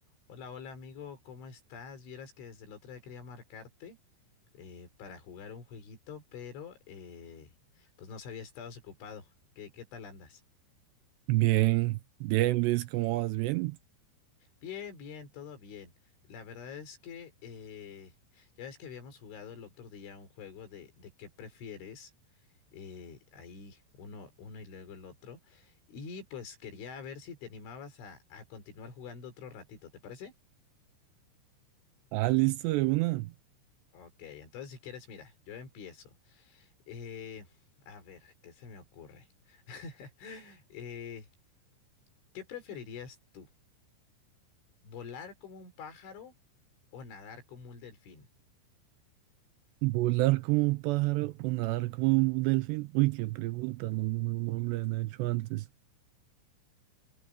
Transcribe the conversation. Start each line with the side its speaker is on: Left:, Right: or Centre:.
Left: Hola, hola amigo, ¿cómo estás? Vieras que desde el otro día quería marcarte eh, para jugar un jueguito, pero eh, pues no sabía si estabas ocupado. ¿Qué, qué tal andas?
Right: Bien, bien, Luis, ¿cómo vas? Bien.
Left: Bien, bien, todo bien. La verdad es que eh, ya ves que habíamos jugado el otro día un juego de, de qué prefieres, eh, ahí uno, uno y luego el otro, y pues quería ver si te animabas a, a continuar jugando otro ratito, ¿te parece?
Right: Ah, listo, de una.
Left: Ok, entonces si quieres, mira, yo empiezo. Eh, a ver, ¿qué se me ocurre? <laughs> Eh, ¿qué preferirías tú? ¿Volar como un pájaro o nadar como un delfín?
Right: ¿Volar como un pájaro o nadar como un delfín? Uy, qué pregunta, no, no, no no me la han hecho antes.